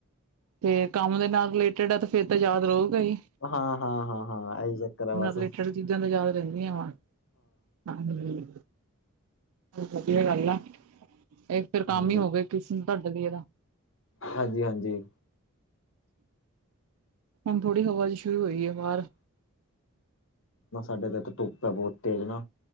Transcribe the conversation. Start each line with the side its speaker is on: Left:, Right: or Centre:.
Right: ਤੇ ਕੰਮ ਦੇ ਨਾਲ ਰਿਲੇਟਡ ਆ ਤੇ ਫੇਰ ਤਾਂ ਯਾਦ ਰਊਗਾ ਈ।
Left: ਹਾਂ-ਹਾਂ-ਹਾਂ-ਹਾਂ ਆਈ ਚੱਕਰ ਏ ਵੈਸੇ
Right: ਰਿਲੇਟਡ ਚੀਜ਼ਾਂ ਤੇ ਯਾਦ ਰਹਿੰਦੀਆਂ ਵਾ ਹਾਂਜੀ। ਵਧੀਆ ਗੱਲ ਆ, ਇਹ ਫੇਰ ਕੰਮ
Left: ਹਾਂਜੀ
Right: ਹੀ ਹੋਵੇ ਕਿਸ ਨੂੰ ਤੁਹਾਡੇ ਲਈ ਇਹਦਾ।
Left: ਹਾਂਜੀ-ਹਾਂਜੀ।
Right: ਹੁਣ ਥੋੜੀ ਹਵਾ ਜੀ ਸ਼ੁਰੂ ਹੋਈ ਏ ਬਾਹਰ।
Left: ਨਾ ਸਾਡੇ ਤੇ ਤਾਂ ਧੁੱਪ ਹੈ ਬਹੁਤ ਤੇਜ਼ ਨਾ।